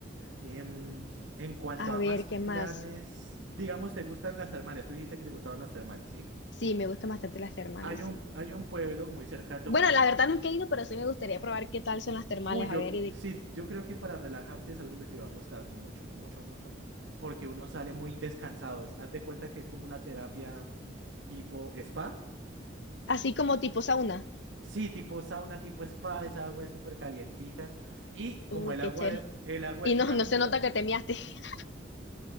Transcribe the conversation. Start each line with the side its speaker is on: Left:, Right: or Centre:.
Right: Em, en
Left: <laughs>
Right: cuanto
Left: A
Right: a
Left: ver,
Right: más
Left: ¿qué más?
Right: planes, digamos, ¿te gustan las termales? Tú dijiste que te gustaban las termales, ¿sí?
Left: Sí, me gustan bastante las termales,
Right: Hay
Left: sí.
Right: un, hay un pueblo muy cerca de Tunja.
Left: Bueno, la verdad nunca he ido, pero sí me gustaría probar qué tal son las termales.
Right: Uy, yo,
Left: A ver, y de-
Right: sí, yo creo que para relajarte es algo que te va a gustar mucho, mucho, mucho, porque uno sale muy descansado. es- haz de cuenta que es como una terapia tipo spa
Left: así como tipo sauna.
Right: Sí, tipo sauna, tipo spa, esa agua es súper calientica. Y
Left: Uy,
Right: como el
Left: qué
Right: agua,
Left: chévere.
Right: el agua
Left: Y
Right: es
Left: no,
Right: natura.
Left: no se nota que te miaste. <laughs>